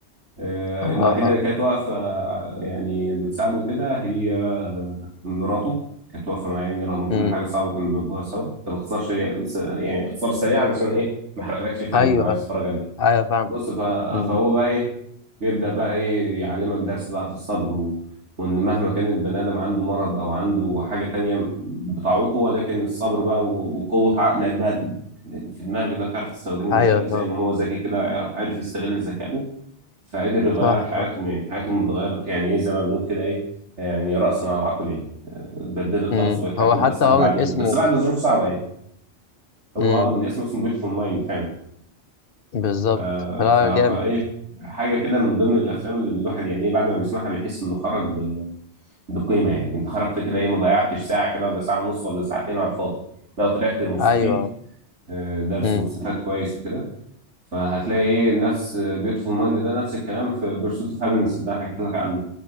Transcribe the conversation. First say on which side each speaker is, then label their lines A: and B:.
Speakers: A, on the right (about 80°); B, on the left (about 55°).
A: آه،
B: اه
A: الوحيدة
B: اه
A: اللي كانت واقفة آه، يعني بتساعده كده هي آه، مراته كانت واقفة معاه يعني رغم كل
B: امم
A: حاجة صعبة كانوا بيواجهوها سوا ده باختصار سريع يعني اختصار سريع علشان ايه ما احرقلكش الفيلم
B: ايوه
A: لو عايز تتفرج عليه
B: ايوه فاهم
A: بص ف-
B: مم.
A: فهو بقى ايه بيبدأ بقى ايه يعلمك درس بقى في الصبر و... وان مهما كان البني ادم عنده مرض او عنده حاجة تانية بتعوقه ولكن الصبر بقى و... وقوة عقلك بقى اللي في دماغك ده تعرف تستخدمه
B: ايوه
A: ازاي زي
B: فاهم
A: ما هو ذكي كده عرف عرف يستغل ذكائه فقدر يغير
B: صح
A: حياتهم يعني حياتهم اتغيرت يعني ايه زي ما بنقول كده ايه يعني رأسا على عقب يعني اتبدلت
B: مم.
A: خالص وبقت حياتهم
B: هو حتى
A: اسهل
B: هو
A: بعدين
B: من اسمه
A: بس بعد ظروف صعبة يعني هو
B: مم.
A: آه، من اسمه اسمه بيوتيفول مايند فعلا
B: بالظبط
A: آه،
B: فلا
A: ف- فايه
B: جامد
A: حاجه كده من ضمن الافلام اللي الواحد يعني ايه بعد ما بيسمعها بيحس انه خرج ب- بقيمه يعني انت خرجت كده ايه ما ضيعتش ساعه كده ولا ساعه ونص ولا ساعتين على الفاضي لا طلعت مستفيد
B: ايوه
A: آه، درس
B: مم.
A: مستفاد كويس وكده فهتلاقي ايه نفس بيوتيفول مايند ده نفس الكلام في بيرسوت اوف هابينس اللي انا حكيت لك عنه